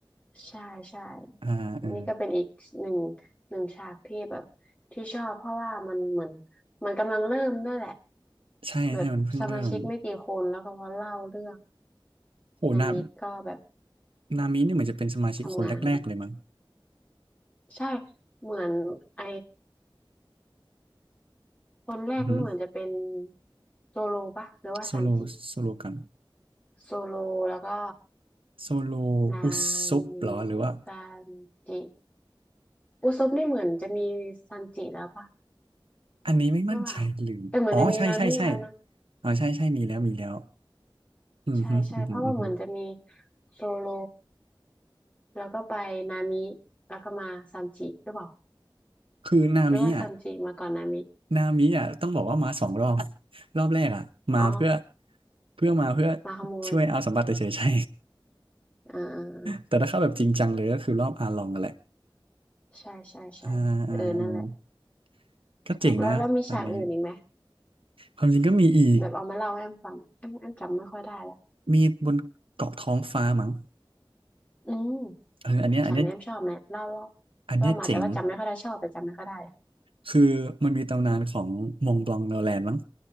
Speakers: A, on the left (about 15°); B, on the right (about 85°).
A: ใช่ใช่
B: อ่าอ่า
A: นี่ก็เป็นอีกหนึ่งหนึ่งฉากที่แบบที่ชอบเพราะว่ามันเหมือนมันกำลังเริ่มด้วยแหละ
B: ใช่ใช่มันเพิ่งเริ่ม
A: แบบสมาชิกไม่กี่คนแล้วก็มาเล่าเรื่อง
B: โหนา
A: นามิก็แบบ
B: นามินี่เหมือนจะเป็นสมาชิกคนแรกๆเลยมั้ง
A: ทำงานใช่เหมือนไอคนแรกนี่เหมือนจะเป็น
B: อือหือ
A: โซโลปะหรือว่าซันจิ
B: โซโลโซโลกัน
A: โซโลแล้วก็
B: โซโล
A: นา
B: อุซบเหรอหรือว่า
A: มิซันจิอุซบนี่เหมือนจะมีซันจิแล้วปะ
B: อันนี้ไม่มั่นใจลืมอ๋อใช่ใช่ใช่
A: หรือเปล่าแต่เหมือนจะมีนามิแล้วนะ
B: อ๋อใช่ใช่มีแล้วมีแล้วอือหืออือหืออือหือ
A: ใช่ใช่เพราะว่าเหมือนจะมีโซโลแล้วก็ไปนามิแล้วก็มาซัมจิหรือเปล่า
B: คือนามิอ่ะ
A: หรือว่าซัมจิมาก่อนนามิ
B: นามิอ่ะต้องบอกว่ามาสองรอบ <laughs> รอบแรกอ่ะมาเพื่อ
A: อ๋อ
B: เพื่อมาเพื่อ
A: มาขโมย
B: ช่วยเอาสมบัติเฉยๆใช่
A: อ่าอ่าอ่า
B: แต่ถ้าเข้าแบบจริงจังเลยก็คือรอบอาลองกันแหละ
A: ใช่ใช่ใช่เออนั่นแหละ
B: อ่าอ่าอ่า ก็เจ๋งนะอันนี้
A: ชอบแล้วแล้วมีฉากอื่นอีกไหม
B: ความจริงก็มีอีก
A: แบบเอามาเล่าให้แอมฟังแอมแอมจำไม่ค่อยได้ละ
B: มีบนเกาะท้องฟ้ามั้ง
A: อืม
B: เอออันเนี้ยอันเนี้ย
A: ฉากนี้แอมชอบไหมเล่าเล่า
B: อันเนี้ยเจ๋ง
A: เล่ามาแต่ว่าจำไม่ค่อยได้ชอบแต่จำไม่ค่อยได้
B: คือมันมีตำนานของมงบลองโนแลนมั้ง